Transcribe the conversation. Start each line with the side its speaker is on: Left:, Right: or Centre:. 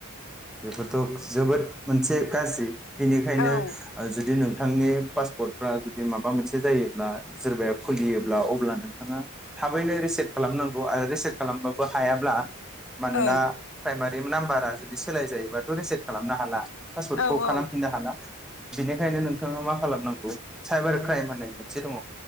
Centre: बेफोरथ जोबोद मोनसे गाजि। बेनिखायनो
Left: औ
Centre: जुदि नोंथांनि। पासपर्टफ्रा जुदि माबा मोनसे जायोब्ला सोरबाया खुलियोब्ला अब्ला नोंथाङा थाबैनो रिसेट खालामनांगौ आरो रिसेट खालामबाबो हायाब्ला। मानोना
Left: औ
Centre: प्राइमारि नाम्बारा। बिदि सोलाय जायोबाथ रिसेक्ट खालामनो हाला। पासवर्टखौ
Left: औ औ
Centre: खालामफिननो हाला। बेनिखायनो नोंथाङा मा खालामनांगौ साइबार क्राइम होननाय मोनसे दङ।